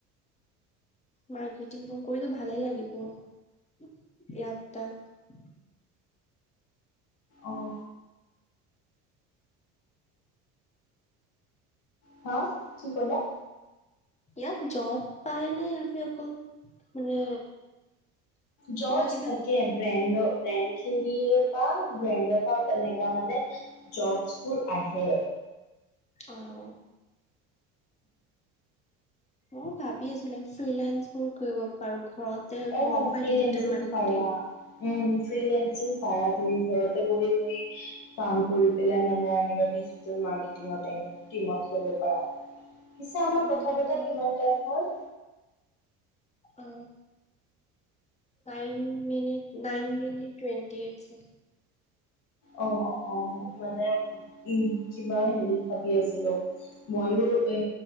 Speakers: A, on the left (about 20°); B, on the left (about 65°).
A: মাৰেটিং ব কৰিতো ভালে লাগিব ইয়াত তাত
B: অঁ হা কি হ'লা?
A: ইয়াত জব পাই নে ইয়াতে অকল মানে
B: জবছ
A: কিবা কিবি
B: থাকে ব্ৰেণ্ডৰ ব্ৰেণ্ড খিনিয়ে পা ব্ৰেণ্ডৰ পা তেনেকাা মানে জবছবোৰ আহে।
A: অঁ। অ ভাবি আছিলে ফ্ৰ্ৰী লাই বোৰ কৰিব পাৰো ঘৰতে
B: অ
A: ঘৰৰ পৰাই
B: ফ্ৰিং
A: ডিজিটেল মাৰ্কেটিং
B: পাৰা উ ফ্ৰিং পাৰা তুমি ঘৰত বহি বহি কাম কৰি পেলাই মানে এনে ডিজিটেল মাৰ্কেটিঙ টিমত লব পাৰা। পিছা আমাৰ
A: অ
B: কথা
A: সেইটোৱে
B: বতা কিমান টাইম হল
A: অ nine minute nine minute twenty এইটছেে
B: অ' অ' মানে উ কিবা হেৰি ভাবি আছিলো <inaudible> ময়ো এ